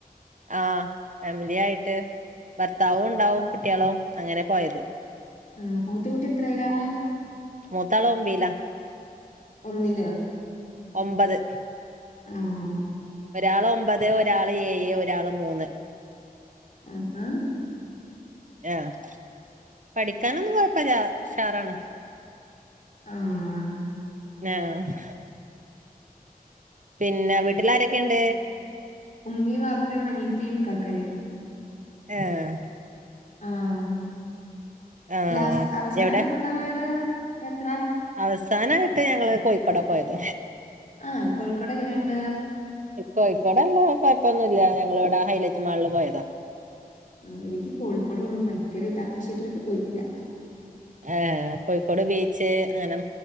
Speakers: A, on the right; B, on the left.
A: ആഹ ഫാമിലി ആായിട്ട് ഭർത്താവും ഉണ്ടാവും കുട്ടിളും അങ്ങനെ പോയത്.
B: ആഹ പൂത്തൂട്ടി എത്രെ ലാ
A: മൂത്താള് ഓംബീല
B: ഒന്നിലോ
A: ഒമ്പത്
B: ആഹആ
A: ഒരാള് ഒമ്പത് ഒരാള് ഏഴ് ഒരാള് മൂന്ന്
B: ആഹ ഹഹ
A: ആ ങ്‌ ഹാ പഠിക്കാനൊന്നും കൊഴപ്പില്ല ഉഷാറാണ്
B: ആഹ
A: ആഹ പിന്നെ വീട്ടില് ആരൊക്കെുണ്ട്
B: ഉമ്മി വാപ്പി അനിയത്തിയും ക്കാക്കയും
A: ആഹ
B: ആഹ
A: ആഹ്
B: ലാസ്റ്റ് അവസാനമായിട്ട്
A: എവിടെ
B: എങ്ങോട്ടാ പോയത് യാത്ര
A: അവസാനായിട്ട് ഞങ്ങള് കോഴിക്കോടെ പോയത്
B: ആഹ് കോഴിക്കോട് എങ്ങനെയുണ്ട്?
A: കോഴിക്കോടല്ല കുഴപ്പൊന്നുല്ല ങ്ങളോട ഹൈലറ്റ് മാള് പോയതോ
B: ആ എനിക്ക് കോഴിക്കോട് പോവാൻ ഭയങ്കര താ പക്ഷേ ഇതാരെട്ടും പോയിട്ടില്ല
A: ആഹ കോഴിക്കോട് ബീച്ച് അങ്ങനെ